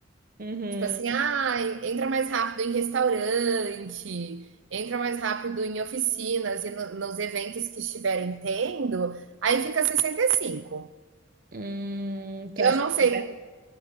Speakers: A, on the right (about 50°); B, on the right (about 75°).
A: uhum.
B: Tipo assim, ah, entra mais rápido em restaurante, entra mais rápido em oficinas e no- nos eventos que estiverem tendo, aí fica 65.
A: Hum, tu
B: Eu
A: acha
B: não sei,
A: que...